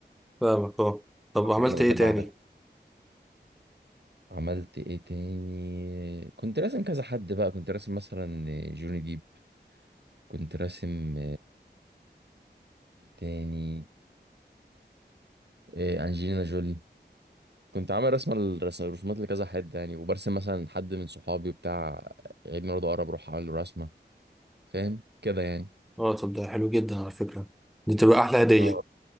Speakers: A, in the centre; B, on the right.
A: فاهمك اه طب
B: حاجة
A: عملت
B: أنا بحب
A: ايه تاني
B: أعملها عملت إيه تاني كنت راسم كذا حد بقى كنت راسم مثلا جوني ديب كنت راسم تاني إيه انجلينا جولي كنت عامل رسمه الرسم الرسومات لكذا حد يعني وبرسم مثلا حد من صحابي بتاع عيد ميلاده قرب اروح اعمل له رسمه فاهم كده يعني
A: اه طب ده حلو جدا على فكرة دي تبقى احلى هدية
B: اه